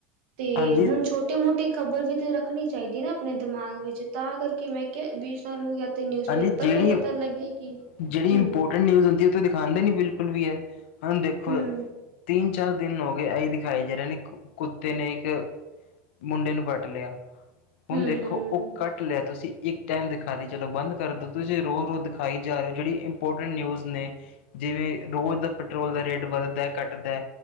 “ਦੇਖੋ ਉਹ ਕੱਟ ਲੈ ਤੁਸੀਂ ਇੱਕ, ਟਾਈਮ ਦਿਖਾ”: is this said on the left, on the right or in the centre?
Left